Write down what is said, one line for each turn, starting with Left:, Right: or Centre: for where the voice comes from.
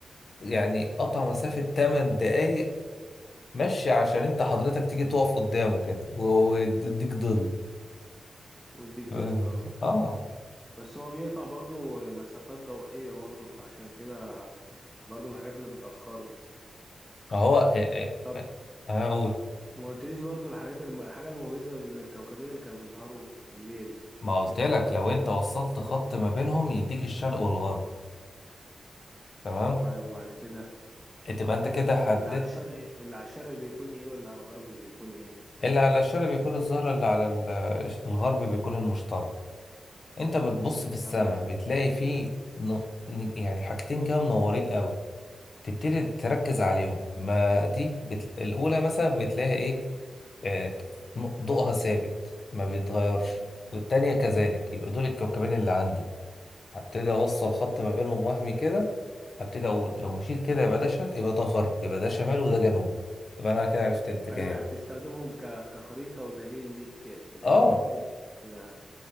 Left: يعني قطع مسافة 8 دقايق مشي عشان انت حضرتك تيجي تقف قدامه كده ويديك ظل
Centre: والديك ديل
Left: اه
Centre: اه
Left: آه.
Centre: بس هو بيقطع برضه مسافات ضوئية برضه فعشان كده برضه من الحاجات اللي بتأخره
Left: هو إيه إيه
Centre: طب
Left: انا اقول
Centre: ما قلتليش برضه الحاجات الم... الحاجة المميزة بين الكوكبين اللي كانوا بيظهروا بالليل
Left: ما قلت
Centre: لما انت
Left: لك
Centre: قلت لي
Left: لو
Centre: كوكب
Left: انت وصلت
Centre: الزهرة
Left: خط ما بينهم يديك الشرق والغرب تمام
Centre: طيب وبعد كده
Left: تبقى
Centre: فكده
Left: انت كده
Centre: ده
Left: حددت
Centre: اللي على الشرق اللي على الشرق بيكون ايه واللي على الغرب بيكون ايه
Left: اللي على الشرق بيكون الزهرة اللي على ال- الغرب بيكون المشترك انت بتبص
Centre: مم،
Left: في السماء
Centre: تمام
Left: بتلاقي فيه ن... ن- يعني حاجتين كده منورين قوي تبتدي تركز عليهم ما دي بت... الاولى مثلا بتلاقي ايه آه... ت- ن- ضوءها ثابت ما بيتغيرش والتانية كذلك يبقى دول الكوكبين اللي عندي هبتدي اوصل خط ما بينهم وهمي كده ابتدي اقول لو مشيت كده يبقى ده شرق يبقى ده غرب يبقى ده شمال وده جنوب يبقى انا كده عرفت الاتجاهات
Centre: ايوه يعني بتستخدمهم ك... كخريطة ودليل ليك لانك
Left: اه
Centre: تمشي كده